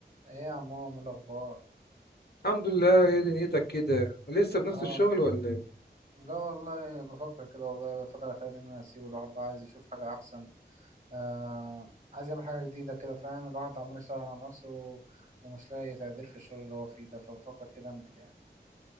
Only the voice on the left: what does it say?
الحمد لله ايه دنيتك كده لسه في نفس
الشغل ولا ايه